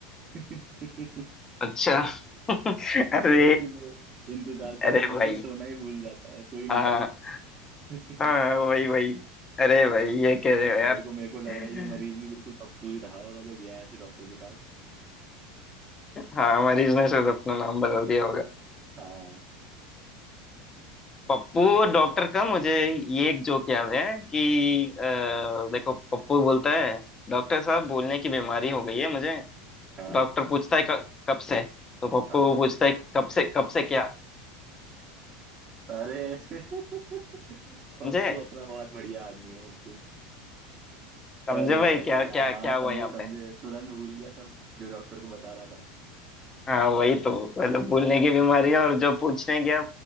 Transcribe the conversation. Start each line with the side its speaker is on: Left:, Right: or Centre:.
Right: <laughs>
Left: अच्छा <laughs> अरे
Right: इसीलिए इंतजार करते
Left: अरे
Right: करते
Left: भाई
Right: सोना ही भूल जाता है सो ही नहीं
Left: हाँ
Right: पाता <laughs>
Left: हाँ वही वही अरे भाई ये कह रहे हो यार
Right: मेरे को मेरे को लग रहा है ये मरीज भी बिल्कुल पप्पू ही रहा होगा जो गया है ऐसे डॉक्टर के पास
Left: हाँ मरीज ने शायद अपना नाम बदल दिया होगा
Right: हाँ
Left: पप्पू और डॉक्टर का मुझे ये एक जोक याद है कि अ, देखो पप्पू बोलता है डॉक्टर साहब बोलने की बीमारी हो गई है मुझे
Right: हाँ
Left: डॉक्टर पूछता है क- कब से तो पप्पू
Right: हाँ
Left: पूछता है कब से कब से क्या
Right: अरे <laughs> पप्पू
Left: समझे
Right: अपना बहुत बढ़िया आदमी है पप्पू
Left: समझे
Right: अरे
Left: भाई
Right: भाई
Left: क्या क्या
Right: हाँ हाँ
Left: क्या हुआ
Right: समझे
Left: यहाँ
Right: समझे
Left: पे
Right: तुरंत भूल गया सब जो डॉक्टर को बता रहा था
Left: हाँ वही तो मतलब भूलने
Right: हाँ
Left: की बीमारी है और जो पूछने गया